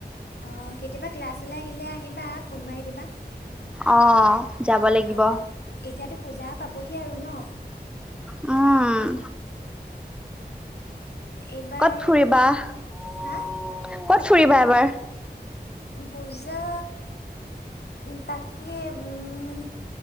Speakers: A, on the left; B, in the centre.
A: অ' কেতিয়াবা ক্লাছলে আহিলে আহিবা। ফোন মাৰি দিবা।
B: অ' যাব লাগিব।
A: অঁ এতিয়াতো পূজা পাবহি আৰু ন।
B: উম।
A: এইবাৰ
B: ক'ত ফুৰিবা? ক'ত
A: হা
B: ফুৰিবা এবাৰ?
A: পূজা তাকে, উম